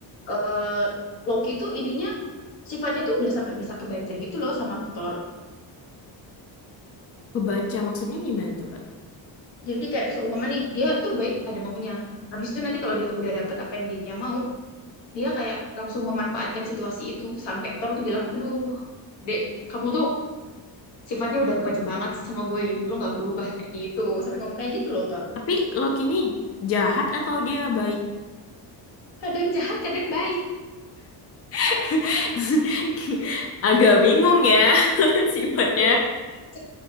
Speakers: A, on the left (about 65°); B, on the left (about 30°).
A: eh, Loki tuh ininya sifatnya tuh udah sampai bisa kebaca gitu loh sama Thor
B: Kebaca maksudnya gimana tuh, Kak?
A: jadi kayak seumpama nih dia tuh baik ada maunya habis itu nanti kalau dia udah dapet apa yang dia mau dia kayak langsung memanfaatkan situasi itu sampai Thor tuh bilang aduh dek kamu tuh sifatnya udah kebaca banget sama gue lo nggak berubah kayak gitu sampai ngomong kayak gitu loh Thor
B: Tapi Loki ini jahat atau dia baik?
A: kadang jahat kadang baik
B: <laughs> Agak bingung ya <laughs> sifatnya.
A: iya licik.